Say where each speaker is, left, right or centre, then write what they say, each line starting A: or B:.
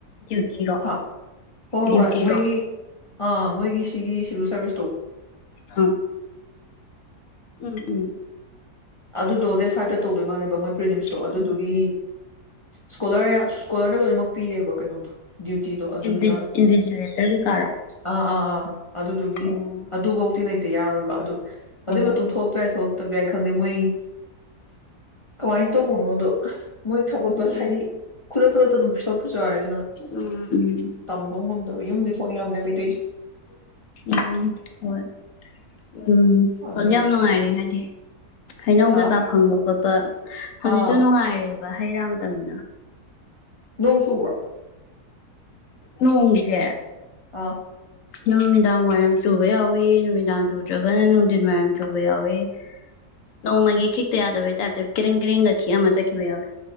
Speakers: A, on the left; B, on the left.
A: ꯗ꯭ꯌꯨꯇꯤꯔꯣ
B: ꯍꯥ ꯍꯣꯏ ꯍꯣꯏ
A: ꯗ꯭ꯌꯨꯇꯤꯔꯣ
B: ꯍꯣꯏ ꯃꯣꯏꯒꯤ ꯑꯥ ꯃꯣꯏꯒꯤ ꯁꯤꯒꯤ ꯁꯤꯚꯤꯜ ꯁꯥꯔꯚꯤꯁ ꯇꯧ
A: ꯑ ꯎꯝ ꯎꯝ
B: ꯑꯗꯨꯗꯣ ꯗꯦꯠ ꯐꯥꯏꯚꯇ ꯇꯧꯗꯣꯏ ꯃꯥꯜꯂꯦꯕ ꯃꯣꯏ ꯄ꯭ꯔꯤꯗꯤꯝꯁꯇꯣ
A: ꯎꯝ
B: ꯑꯗꯨꯗꯨꯒꯤ ꯁ꯭ꯀꯣꯂꯔ ꯁ꯭ꯀꯣꯂꯔꯗ ꯂꯣꯏꯅꯃꯛ ꯄꯤꯔꯦꯕ ꯀꯩꯅꯣꯗꯣ ꯗ꯭ꯌꯨꯇꯤꯗꯣ ꯑꯗꯨꯗꯨꯅ
A: ꯏꯟꯚꯤꯖ ꯏꯟꯚꯤꯖꯤꯂꯦꯇꯔ ꯀꯩꯀꯥꯔꯥ
B: ꯑꯥ ꯑꯥ ꯑꯥ ꯑꯗꯨꯗꯨꯒꯤ
A: ꯑꯣ
B: ꯑꯗꯨꯐꯧꯗꯤꯤ ꯂꯩꯇ ꯌꯥꯔꯣꯏꯕ ꯑꯗꯨ ꯑꯗꯨꯒꯤ
A: ꯑꯣ
B: ꯃꯇꯨꯡ ꯊꯣꯛꯄ ꯌꯥꯏ ꯊꯣꯛꯇꯕ ꯌꯥꯏ ꯈꯪꯗꯦ ꯃꯣꯏ ꯀꯃꯥꯏꯅ ꯇꯧꯕꯅꯣꯗꯣ ꯃꯣꯏ ꯊꯕꯛꯇꯣ
A: ꯎꯝ ꯎꯝ
B: ꯍꯥꯏꯗꯤ ꯈꯨꯗꯛ ꯈꯨꯗꯛꯇ ꯑꯗꯨꯝ ꯄꯤꯁꯣꯛ ꯄꯨꯁꯨ ꯍꯥꯏꯦ ꯑꯗꯨꯅ
A: ꯎꯝ ꯎꯝ
B: ꯇꯝꯕ ꯉꯝꯗꯕ ꯌꯨꯝꯗꯤ ꯊꯣꯛꯔꯤ ꯌꯥꯝꯅꯦꯇꯦ
A: ꯎꯝ ꯍꯣꯏ ꯎꯝ
B: ꯑꯗꯨ
A: ꯍꯧꯖꯤꯛ ꯌꯥꯝ ꯅꯨꯡꯉꯥꯏꯔꯦ ꯍꯥꯏꯗꯤ ꯍꯩꯅꯧ
B: ꯍꯥ
A: ꯀꯩꯀꯥ ꯐꯪꯕ ꯈꯣꯠꯄ ꯍꯧꯖꯤꯛꯇꯣ
B: ꯑꯥ
A: ꯅꯨꯡꯉꯥꯏꯔꯦꯕ ꯍꯩ ꯔꯥ ꯃꯇꯝꯅꯤꯅ
B: ꯅꯣꯡ ꯆꯕ꯭ꯔꯥ
A: ꯅꯣꯡꯣꯡꯖꯦ
B: ꯑꯥ
A: ꯑ ꯅꯨꯃꯤꯗꯥꯡ ꯋꯥꯏꯔꯝ ꯆꯨꯕ ꯌꯥꯎꯏꯤ ꯅꯨꯃꯤꯗꯥꯡ ꯆꯨꯗ꯭ꯔꯒꯅ ꯅꯨꯡꯊꯤꯟ ꯋꯥꯏꯔꯝ ꯆꯨꯕ ꯌꯥꯎꯏꯤ ꯅꯣꯡꯃꯒꯤ ꯈꯤꯛꯇ ꯌꯥꯗꯕꯩ ꯇꯥꯏꯞꯇ ꯀꯔꯦꯡ ꯀꯔꯦꯡꯒ ꯈꯤꯛ ꯑꯃ ꯆꯠꯈꯤꯕ ꯌꯥꯎꯋꯦ